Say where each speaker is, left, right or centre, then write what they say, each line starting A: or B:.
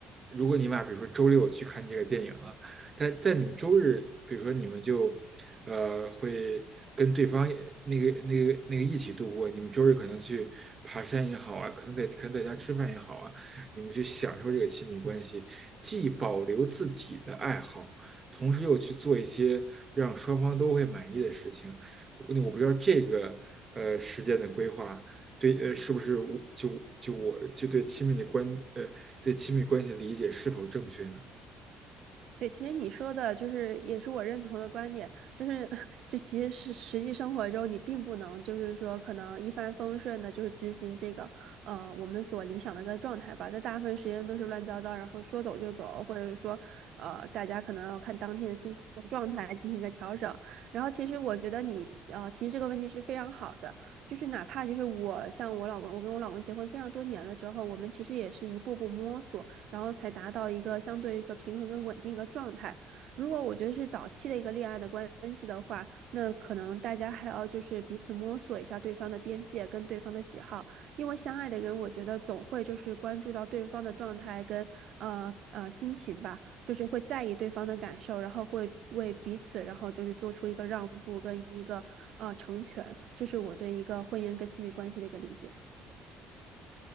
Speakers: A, on the right; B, on the right.
A: 如果你们俩比如说周六去看这个电影了，但在你们周日，比如说你们就呃会跟对方那个那个那个一起度过，你们周日可能去爬山也好啊，可能在可能在家吃饭也好啊，你们去享受这个亲密关系，既保留自己的爱好，同时又去做一些让双方都会满意的事情。那我不知道这个呃时间的规划。对，呃，是不是我就就我就对亲密的关，呃，对亲密关系的理解是否正确呢？
B: 对，其实你说的就是也是我认同的观点，就是 <laughs> 就其实是实际生活中你并不能就是说可能一帆风顺的，就是执行这个呃我们所理想的一个状态吧，在大部分时间都是乱糟糟，然后说走就走，或者是说呃大家可能要看当天的心情和状态来进行一个调整。然后其实我觉得你呃提这个问题是非常好的，就是哪怕就是我像我老公，我跟我老公结婚非常多年了之后，我们其实也是一步步摸索。然后才达到一个相对一个平衡跟稳定一个状态。如果我觉得是早期的一个恋爱的关系的话，那可能大家还要就是彼此摸索一下对方的边界跟对方的喜好，因为相爱的人，我觉得总会就是关注到对方的状态跟呃呃心情吧，就是会在意对方的感受，然后会为彼此，然后就是做出一个让步跟一个呃成全，这是我对一个婚姻跟亲密关系的一个理解。